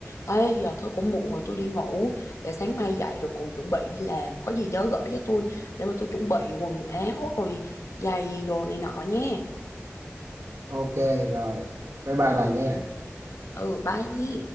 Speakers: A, on the left; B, on the right.
A: ê giờ tôi cũng muộn rồi tôi đi ngủ để sáng mai dậy rồi còn chuẩn bị đi làm có gì nhớ gửi cho tôi để mà tôi chuẩn bị quần áo rồi giày đồ này nọ nha
B: ok rồi bye bye bà nha
A: ừ bye nhé